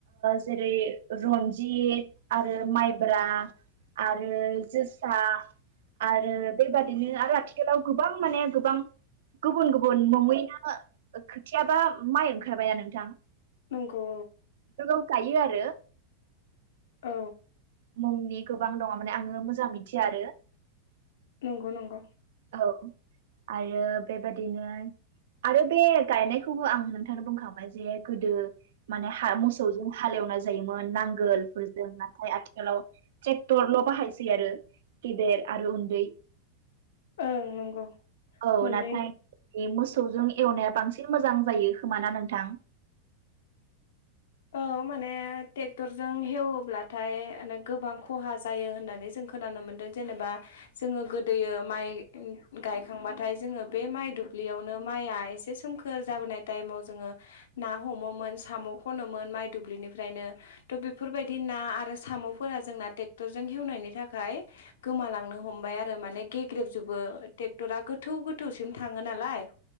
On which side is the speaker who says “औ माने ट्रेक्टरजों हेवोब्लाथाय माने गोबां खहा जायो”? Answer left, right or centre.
Left